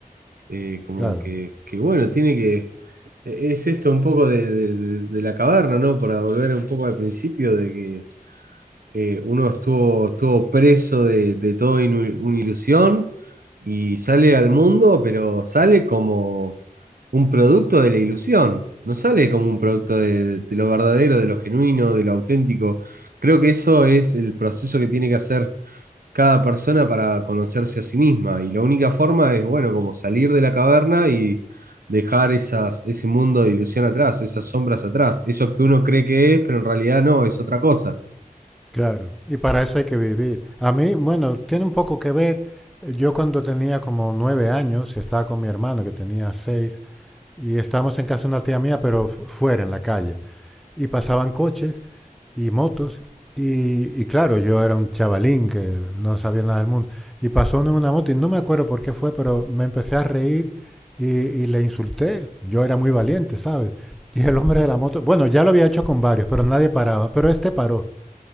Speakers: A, on the right; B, in the centre.
A: Eh, como
B: Claro,
A: que, que bueno, tiene que... e- Es esto un poco de, de- de- de la caverna, ¿no? Para volver un poco al principio de que eh, uno estuvo, estuvo preso de, de todo inu- una ilusión y sale al mundo, pero sale como un producto de la ilusión, no sale como un producto de, de lo verdadero, de lo genuino, de lo auténtico. Creo que eso es el proceso que tiene que hacer cada persona para conocerse a sí misma y la única forma es, bueno, como salir de la caverna y dejar esas, ese mundo de ilusión atrás, esas sombras atrás, eso que uno cree que es, pero en realidad no, es otra cosa.
B: claro. Y para eso hay que vivir. A mí, bueno, tiene un poco que ver, yo cuando tenía como nueve años y estaba con mi hermano que tenía seis, Y estábamos en casa de una tía mía, pero fu- fuera, en la calle. Y pasaban coches y motos. Y, y claro, yo era un chavalín que no sabía nada del mundo. Y pasó uno en una moto y no me acuerdo por qué fue, pero me empecé a reír y, y le insulté. Yo era muy valiente, ¿sabes? Y el hombre de la moto, bueno, ya lo había hecho con varios, pero nadie paraba. Pero este paró